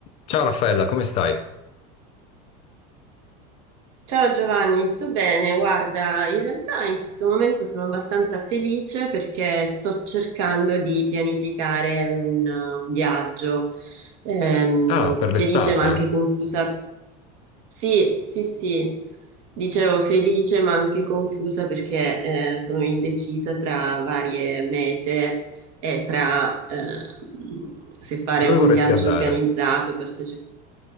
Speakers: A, on the left; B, on the right.
A: Ciao Raffaella, come stai?
B: Ciao Giovanni, sto bene. Guarda, in realtà in questo momento sono abbastanza felice perché sto cercando di pianificare un, eh, un viaggio. Ehm,
A: Ah, per
B: felice
A: l'estate?
B: ma anche confusa sì, sì, sì. Dicevo felice ma anche confusa perché eh, sono indecisa tra varie mete e tra ehm, se fare
A: Dove
B: un
A: vorresti
B: viaggio
A: andare?
B: organizzato, partecipare.